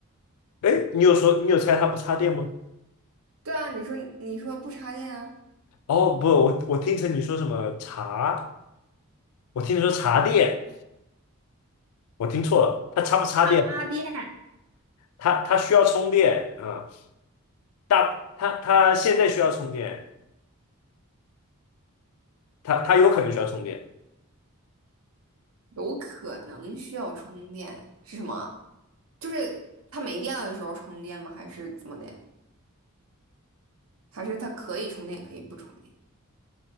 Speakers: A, on the left; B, on the right.
A: 哎，你有说你有猜它不插电吗？
B: 对啊，你说你说不插电啊，
A: 哦，不，我我听成你说什么茶，我听你说茶店，我听错了，它插不插电？
B: 插电，
A: 它它需要充电，嗯，大它它现在需要充电，它它有可能需要充电，
B: 有可能需要充电是什么？就是它没电了的时候充电吗？还是怎么的？还是它可以充电，也可以不充电